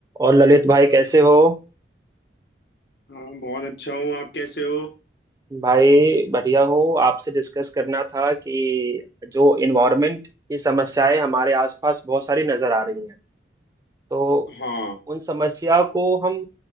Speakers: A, on the right; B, on the left.
A: और ललित भाई कैसे हो
B: हाँ बहुत अच्छा हूँ आप कैसे हो
A: भाई बढ़िया हूँ आपसे डिस्कस करना था कि जो इन्वायरमेंट की समस्याएं हमारे आसपास बहुत सारी नजर आ रही हैं तो
B: हाँ
A: उन समस्या को हम